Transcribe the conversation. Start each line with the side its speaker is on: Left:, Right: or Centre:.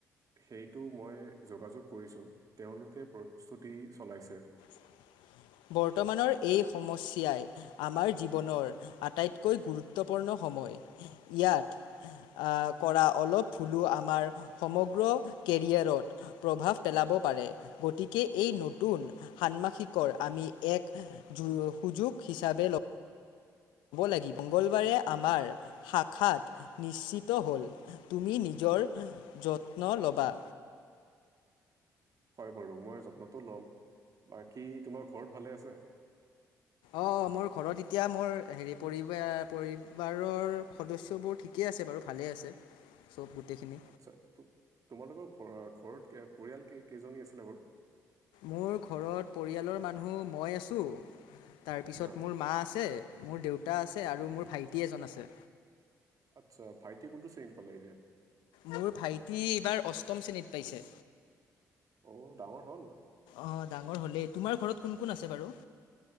Right: সেইটো মই যোগাযোগ কৰিছো, তেওঁলোকে প্ৰস্তুতি চলাইছে।
Left: উম' বৰ্তমানৰ এই সমস্যাই আমাৰ জীৱনৰ আটাইতকৈ গুৰুত্বপূৰ্ণ হ ইয়াত আহ কৰা অলপ ভুলো আমাৰ সমগ্ৰ কেৰিয়াৰত প্ৰভাৱ পেলাব পাৰে, গতিকে এই নতুন ষান্মাসিকৰ আমি এক যো সুযোগ হিচাপে ল লাগিব, মঙ্গলবাৰে আমাৰ শাখাত নিশ্চিত হ'ল, তুমি নিজৰ যত্ন ল'বা।
Right: হয় বাৰু মই যত্নটো ল'ম, বাকী তোমাৰ ঘৰত ভালে আছে?
Left: অ অ মোৰ ঘৰত এতিয়া মোৰ হেৰি পৰিব পৰিবাৰৰ সদস্য বোৰ ঠিকেই আছে বাৰু ভালে আছে চব গোটেইখিনি
Right: আচ্ছা, তো তোমালোকৰ ঘৰ ঘৰত পৰিয়াল কেই কেইজনী আছিলে?
Left: মোৰ ঘৰত পৰিয়ালৰ মানুহ মই আছো, তাৰপিছত
Right: হা
Left: মোৰ মা আছে, মোৰ দেউতা আছে, আৰু মোৰ ভাইটি এজন আছে
Right: আচ্ছা ভাইটি কোনটো শ্ৰেণীত পালেগে?
Left: মোৰ ভাইটি এইবাৰ অষ্টম শ্ৰেণীত পাইছে।
Right: অ ডাঙৰ হ'ল।
Left: অ', ডাঙৰ হ'লেই তোমাৰ ঘৰত কোন কোন আছে বাৰু?